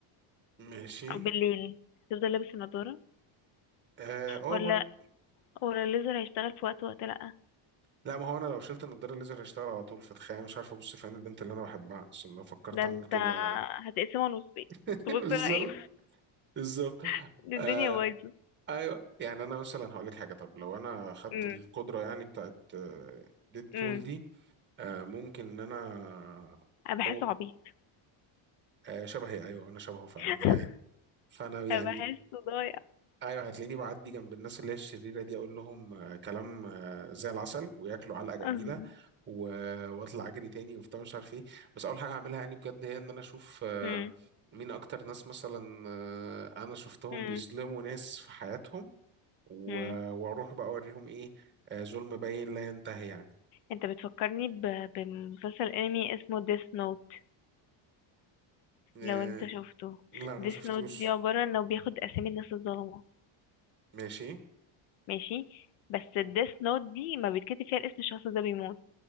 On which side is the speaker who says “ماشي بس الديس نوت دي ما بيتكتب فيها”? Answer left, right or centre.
Left